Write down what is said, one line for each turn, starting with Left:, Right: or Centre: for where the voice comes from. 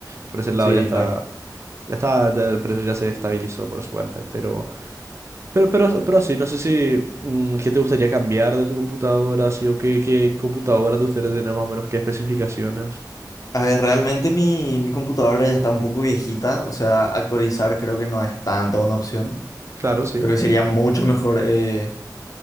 Right: por ese lado
Left: Sí,
Right: ya está,
Left: claro.
Right: ya está, ya el precio ya se estabilizó por suerte. Pero, pero, pero, pero así, no sé si mm, qué te gustaría cambiar de tu computadora, así, o qué, qué computadora te gustaría tener más o menos qué especificaciones.
Left: A ver, realmente mi, mi computadora ya está un poco viejita, o sea, actualizar creo que no es tanta una opción.
Right: Claro, sí,
Left: Creo que sería mucho mejor eh,